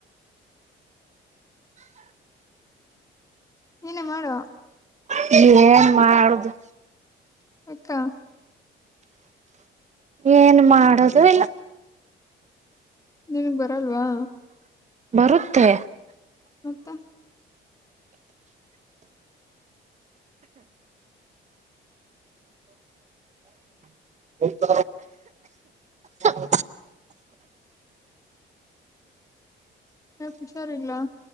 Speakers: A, on the left; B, on the right.
A: ಏನ ಮಾಡುವ
B: ನೀ ಏನ್ ಮಾಡುದು
A: ಅಕ್ಕಾ
B: ಏನ್ ಮಾಡದು ಇಲ್ಲ
A: ನನ್ಗ್ ಬರಲ್ವಾ
B: ಬರುತ್ತೆ
A: ಮತ್ತ
B: ಹತ <inaudible>
A: ಹಾ ಹುಷಾರಿಲ್ಲ